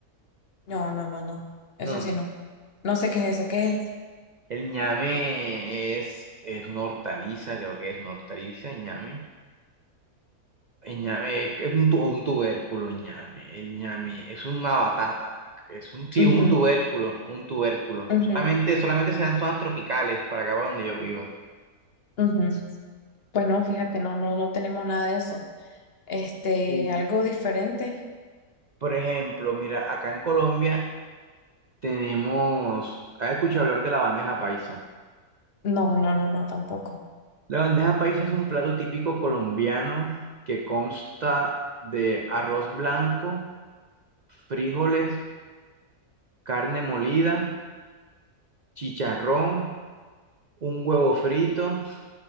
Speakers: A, on the left (about 50°); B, on the right (about 70°).
A: No, no, no, no. Eso
B: No, no.
A: sí
B: no.
A: no. No sé qué es eso, ¿qué es?
B: El ñame es, es una hortaliza, creo que es una hortaliza, el ñame. El ñame es, es un, tu- un tubérculo, el ñame. El ñame es una batata. Es un, sí,
A: Ujú,
B: un tubérculo, un tubérculo.
A: ujú,
B: Solamente, solamente se dan en zonas tropicales para acá para donde yo vivo.
A: ujú. Pues no, fíjate, no, no, no tenemos nada de eso. Este,
B: Y,
A: algo diferente.
B: por ejemplo, mira, acá en Colombia tenemos, ¿has escuchado hablar de la bandeja paisa?
A: No, no, no, no, tampoco.
B: La bandeja paisa es un plato típico colombiano que consta de arroz blanco, frijoles, carne molida, chicharrón, un huevo frito,